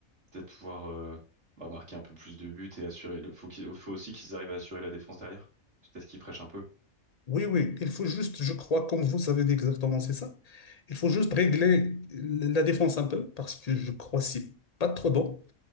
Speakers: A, on the right (about 55°); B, on the left (about 45°).
A: peut-être pouvoir euh, bah, marquer un peu plus de buts et assurer. Le, faut qu'il faut aussi qu'ils arrivent à assurer la défense derrière. C'est peut-être qu'ils prêchent un peu.
B: Oui, oui, il faut juste, je crois, comme vous avez dit exactement, c'est ça. Il faut juste régler la défense un peu, parce que je crois que c'est pas trop bon